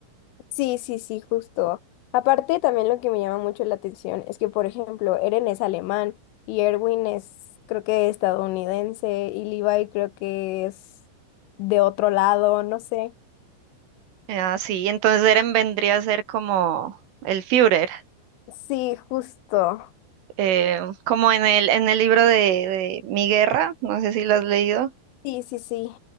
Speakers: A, on the left; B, on the right.
A: Sí, sí, sí, justo. Aparte, también lo que me llama mucho la atención es que, por ejemplo, Eren es alemán y Erwin es, creo que estadounidense y Levi creo que es de otro lado, no sé.
B: Ah, sí, entonces Eren vendría a ser como el Führer,
A: Sí, justo.
B: eh, como en el, en el libro de, de Mi Guerra, no sé si lo has leído.
A: Sí, sí, sí.